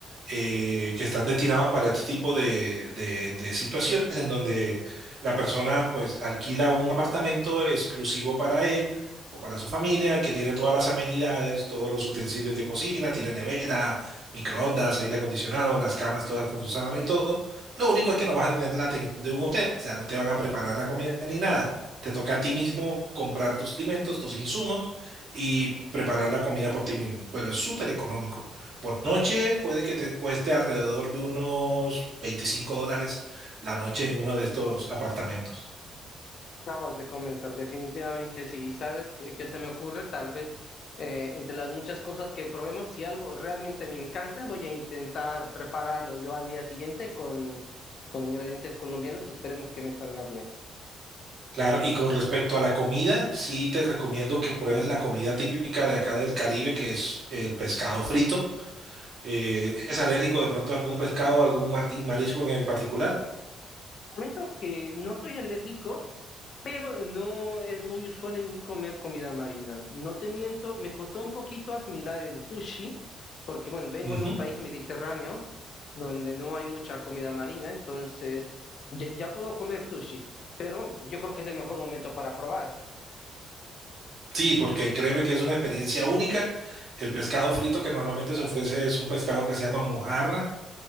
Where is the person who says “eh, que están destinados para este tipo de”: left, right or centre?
Right